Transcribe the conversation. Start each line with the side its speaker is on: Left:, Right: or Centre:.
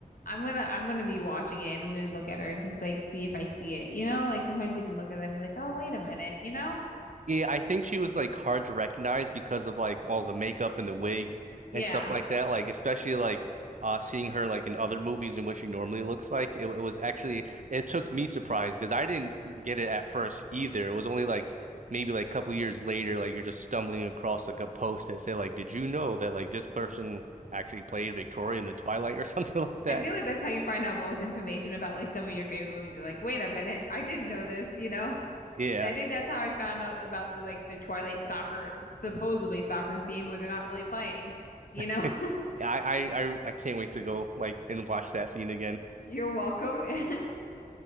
Left: I'm gonna I'm gonna be watching it and I'm gonna look at her and just like see if I see it. You know, like sometimes you can look at them and be like, oh, wait a minute, you know?
Right: Yeah, I think she was like hard to recognize because of like all the makeup and the wig
Left: Yeah.
Right: and stuff like that. Like especially like uh seeing her like in other movies and what she normally looks like. It, it was actually it took me surprised because I didn't get it at first either. It was only like maybe like a couple years later, like you're just stumbling across like a post that said like, did you know that like this person actually played Victoria
Left: I,
Right: in the Twilight or <laughs> something like that?
Left: I feel like that's how you find out most information about like some of your favorite movies. You're like, wait a minute, I didn't know this, you know?
Right: Yeah.
Left: And I think that's how I found out about the like the Twilight soccer supposedly soccer scene where they're not really playing. You
Right: <laughs>
Left: know,
Right: Yeah, I I I, I can't wait to go like and watch that scene again.
Left: <laughs> you're welcome. <laughs>